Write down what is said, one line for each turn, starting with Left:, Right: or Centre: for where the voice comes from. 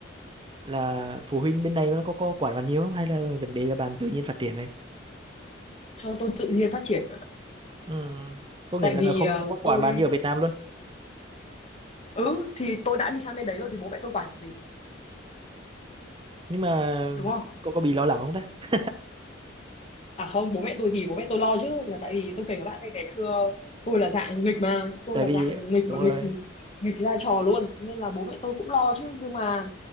Right: là phụ huynh bên này nó có có quản bạn nhiều không hay là vấn đề là bạn tự nhiên phát triển vậy
Left: cho tôi tự nhiên phát triển bạn ạ.
Right: Ừm, có nghĩa
Left: tại
Right: là
Left: vì
Right: nó không
Left: ờ,
Right: không có quản
Left: tôi
Right: bạn như ở Việt Nam luôn
Left: ừ thì tôi đã đi sang bên đấy rồi thì bố mẹ tôi quản gì
Right: nhưng mà
Left: đúng không
Right: có có bị lo lắng không ta
Left: À không, bố mẹ tôi thì bố mẹ tôi lo chứ là tại vì tôi kể các bạn đây ngày xưa tôi là dạng nghịch mà, tôi
Right: tại
Left: là
Right: vì
Left: dạng nghịch
Right: đúng
Left: mà nghịch
Right: rồi
Left: nghịch ra trò luôn nên là bố mẹ tôi cũng lo chứ nhưng mà